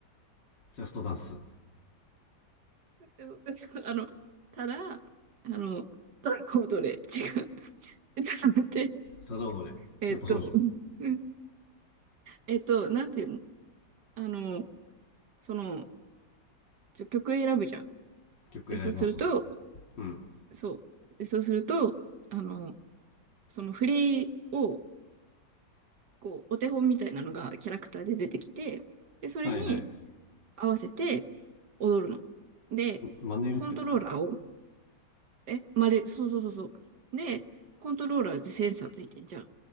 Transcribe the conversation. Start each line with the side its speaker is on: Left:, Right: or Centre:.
Left: ジャストダンス。
Right: <laughs> あの、ただ、あの、どれコードれ違う、<laughs> えちょっと待って、
Left: ただ踊れ。
Right: えっと、
Left: やっぱそうじゃん。
Right: <laughs> うんえっと、なんていうのあの、その、ちょ曲選ぶじゃん。
Left: 曲選びますと。
Right: で、そうすると、
Left: うん。
Right: そう。で、そうすると、あの、その振りを、こう、お手本みたいなのがキャラクターで出てきて、で、それに
Left: はいはい。
Right: 合わせて踊るの。で、
Left: 真似るってこと
Right: コントローラーを、え、まれ、そうそうそうそう。で、コントローラーってセンサーついてんじゃん。